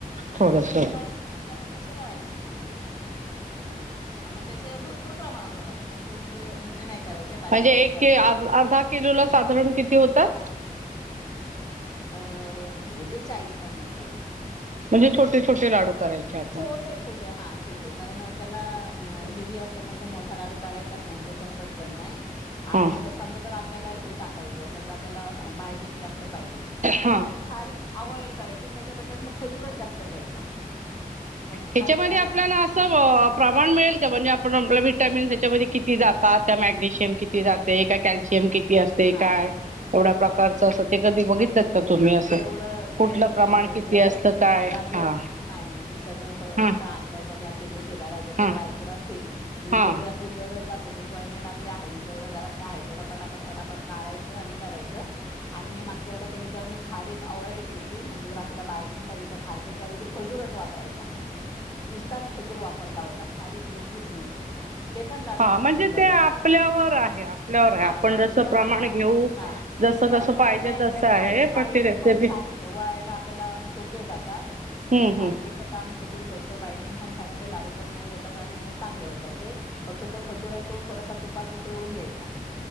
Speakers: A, on the left (about 25°); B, on the right (about 55°).
A: आणि
B: थोडस
A: मग ते बारीक बारीक लावून तसे वळायचे मध्ये. असं. मग त्याचे भरपूर प्रमाणात होतात मोठे मोठे म्हणजे नाही करायचे, बारीक-बारीक
B: म्हणजे एक
A: करायचे.
B: अर्धा किलो ला साधारण किती होतात?
A: अ होतील चाळीस पन्नास लाडू.
B: म्हणजे छोटे छोटे लाडू करायचे. आपण.
A: छोटे छोटे हा छोटे कारण त्याला हेवी असल्यामुळे तो मोठा लाडू करायचाच नाही. तो संपत पण नाही आणि
B: हा
A: मग समजा जर आपल्याला हे टाकायचय समजा आपल्याला बायडिंग जास्त पाहिजे तर
B: हा
A: म खारीक अव्हइड करायची आणि त्याच्याबद्दलत मग खजूरच जास्त घ्यायचा. मग
B: ह्याच्यामध्ये
A: खारीक कारण
B: आपल्या प्रमाण मिळेल का म्हणजे आपण आपल्या विटामिन्स याच्यामध्ये किती जातात? त्या मॅग्नेशियम किती जाते काय कल्शियम किती असते
A: नाही.
B: काय एवढ प्रकारच अस ते कधी बघितलंत
A: काय
B: का तुम्ही असं?
A: तेवढं
B: कुठलं
A: तेवढं
B: प्रमाण
A: नाही मी
B: किती
A: करत.
B: असतं काय?
A: मी आपलं
B: हा.
A: नाही नाही मी सगळे फक्त
B: हा
A: अंदाजाने आपले घेते घरात जसे
B: हा
A: ड्रायफ्रूट असतील म्हणजे
B: हा
A: जेवढी आपली गरज असेल रिक्वायरमेंट आपली आहे आणि जेवढं घरात काय आहे तेवढं पटापट पटापट काढायचं आणि करायचं आणि मी मागच्या वेळेला केले तेव्हा मी खारीक अवॉइड केली होती म्हणजे जर आपल्याला बायडिंग पाहिजे तर खारक्याच्या ऐवजी खजूरच वापरायचा. नुसताच खजूर वापरला होता, खारीक घेतलीच नव्हती. ते पण लाडू
B: हा
A: खूप
B: म्हणजे
A: सुंदर
B: ते
A: होतात.
B: आपल्यावर आहे आपल्यावर आहे आपण
A: आपल्या वर
B: जसं
A: डी पण
B: प्रमाण
A: हा हा
B: घेऊ
A: हा.
B: जसं
A: मग त्या
B: कसं पाहिजे
A: नाही
B: तसं
A: खजूर
B: आहे
A: आणि
B: पण
A: बाइंडिंग
B: ती रेसिपी
A: पण छान येते, वळायला आपल्याला सोपे जातात म्हणजे
B: हम्म
A: खारकेचा
B: हम्म
A: काम खजूर करतो, बाइंडिंग पण छान येते, लाडू पण मऊ होतात, आणि चांगले होतात ते फक्त तो खजूर आहे तो थोडासा तुपात वितळवून द्यायचा.